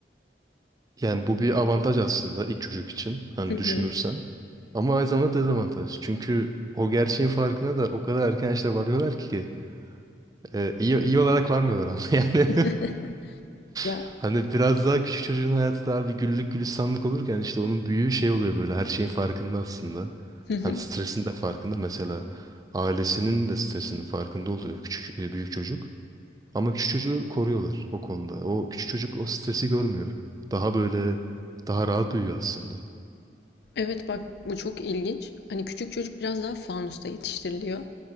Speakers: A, on the right; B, on the left.
A: Yani bu bir avantaj aslında ilk çocuk için hani
B: Hı hı.
A: düşünürsen. Ama aynı zamanda dezavantaj. Çünkü o gerçeğin farkına da o kadar erken işte varıyorlar ki e, iyi, iyi olarak varmıyorlar ama <laughs> yani.
B: <laughs> Ya.
A: Hani biraz daha küçük çocuğun hayatı daha bir güllük gülistanlık olurken işte onun büyüğü şey oluyor böyle her şeyin farkında aslında.
B: Hı hı.
A: Hani stresin de farkında mesela ailesinin de stresinin farkında oluyor küçük e, büyük çocuk. Ama küçük çocuğu koruyorlar o konuda. O küçük çocuk o stresi görmüyor. Daha böyle daha rahat büyüyor aslında.
B: Evet bak bu çok ilginç. Hani küçük çocuk biraz daha fanusta yetiştiriliyor.